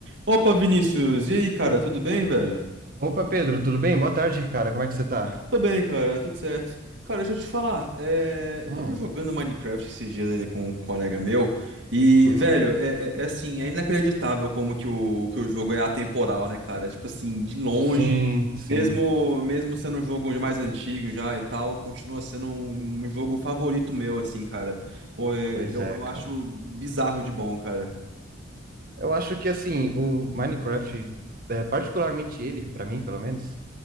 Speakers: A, on the right; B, on the right.
A: Opa, Vinícius! E aí, cara, tudo bem, velho?
B: Opa, Pedro, tudo bem? Boa tarde, cara. Como é que você tá?
A: Tô bem, cara, tudo certo. Cara, deixa eu te falar, é, eu
B: Hum,
A: tava jogando Minecraft esses dias ali com um colega meu, e,
B: uhum.
A: velho, é, é- é assim, é inacreditável como que o, que o jogo é atemporal, né, cara? Tipo assim, de longe,
B: Sim, sim.
A: mesmo, mesmo sendo um jogo mais antigo já e tal, continua sendo um, um jogo favorito meu, assim, cara. Pô, é-
B: Pois
A: eu,
B: é,
A: eu
B: cara.
A: acho bizarro de bom, cara.
B: Eu acho que, assim, o Minecraft, é, particularmente ele, pra mim, pelo menos,